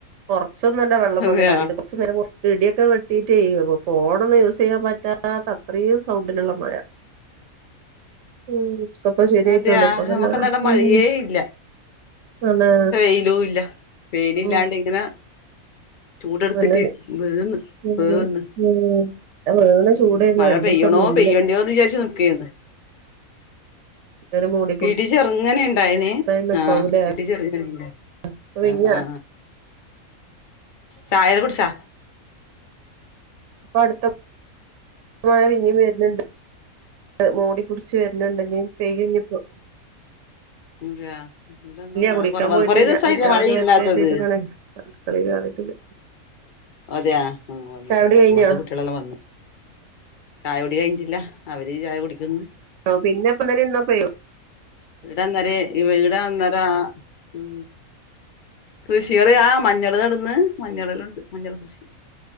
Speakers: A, on the right; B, on the left.
A: പൊറത്ത് ച്ചൊന്നുവല്ല വെള്ളം വന്ന്
B: അതെയാ
A: ചാടീത് കൊറച്ച് നേരം കൂടി ഇടിയൊക്കെ വെട്ടിട്ട് പെയ്യും അപ്പോ ഫോണൊന്നും യൂസ് ചെയ്യാൻ പറ്റാത്ത അത്രയും സൗണ്ടിലുള്ള മഴ ഉം ക്കെ ഇപ്പ ശരിയിട്ടൊള്ളു
B: അതെയാ
A: ഇപ്പ
B: നമുക്കന്നാടെ
A: പിന്നാ
B: മഴയേ
A: ഉം
B: ഇല്ല
A: ആണ്
B: വെയിലും ഇല്ല വെയിലില്ലാണ്ട്
A: ഉം
B: ഇങ്ങനാ ചൂടെടുത്തിറ്റ്
A: നല്ല
B: വേവ്ന്ന്
A: ഉം
B: വേവ്ന്ന്
A: ഉം. ആ വേണ
B: ഉം
A: ചൂടായിരുന്നു
B: മഴ
A: രണ്ടീസം
B: പെയ്യണോ
A: മുന്നേ
B: പെയ്യണ്ടെയോന്ന് വിചാരിച്ച് നിക്കായിരുന്ന്
A: ഇങ്ങനെ മൂടി
B: ഇടി ചെറുങ്ങനെണ്ടായിനീ
A: പിടുത്തായി നിക്കാവൂലേ
B: ആ ഇടി ചെർങ്ങനണ്ടായി
A: അപ്പൊ പിന്ന
B: ആ ആ ചായല്ലൊ കുടിച്ചാ
A: ഇപ്പ അടുത്ത മഴ പിന്നി വര്ന്ണ്ട് മൂടി പുടിച്ച് വരുന്നുണ്ട് നി പെയ്യുംഞ്ഞിപ്പോ
B: ൻ ഗ ഇവടെന്നും മഴ
A: കുടിക്കാൻ
B: കുറവാ
A: പോയിട്ടില്ല
B: കുറെ ദിവസമായി
A: കുട്ടികളൊക്കെ
B: മഴ ഇല്ലാത്തത്
A: വരട്ടെ കരുതിയിട്ട് ഇങ്ങനെ അടുക്കളയിൽ കേറിയിട്ടില്ല
B: മതിയാ
A: ചായുടി കഴിഞ്ഞോ
B: ഇവിടുത്തെ കുട്ടികളെല്ലാം മദ്രസ ചായ കുടിച്ചോ ന്റെകഴിഞ്ഞിട്ടില്ല അവര് ചായ കുടിക്കുന്നു
A: പിന്നെപ്പോ ഇന്നലെ ഇന്നക്കെ <unintelligible>
B: വടെ ന്നേരം വീടാവുന്നേരം കൃഷികള് ആ മഞ്ഞള് നടന്ന് മഞ്ഞളല്ലാം ണ്ട് മഞ്ഞൾ കൃഷി